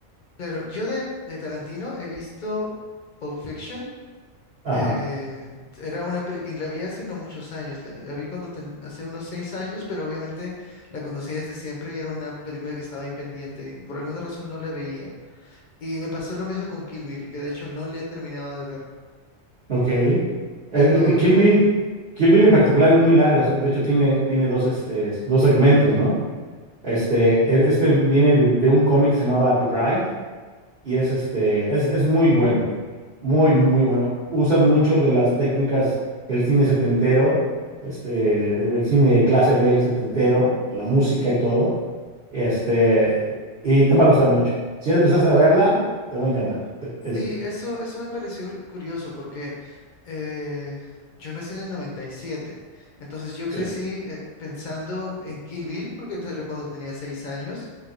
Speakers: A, on the left (about 50°); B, on the right (about 50°).
A: Claro, yo de, de Tarantino he visto Pulp Fiction.
B: Ajá,
A: Eh, era una peli- y la vi hace no muchos años, la, la vi cuando ten- hace unos seis años, pero obviamente la conocí desde siempre y era una película que estaba ahí pendiente y por alguna razón no la veía. Y me pasó lo mismo con Kill Bill, que de hecho no le he terminado de ver,
B: ok. Eh,
A: pero
B: eh, eh, Kill
A: con
B: Bill, Kill Bill en particular es muy larga, so- de hecho tiene, tiene dos, este, dos segmentos, ¿no? Este, e- este viene de, de un cómic que se llamaba The Bride, y es este, es, es muy bueno, muy, muy bueno. Usan mucho de las técnicas del cine setentero, este, de- del cine de clase B setentero, la música y todo, este, y te va a gustar mucho. Si ya empezaste a verla, te va a encantar. Te- Es,
A: Sí, eso, eso me pareció curioso porque eh, yo nací en el 97, entonces yo crecí
B: sí,
A: eh, pensando en Kill Bill porque salió cuando tenía 6 años,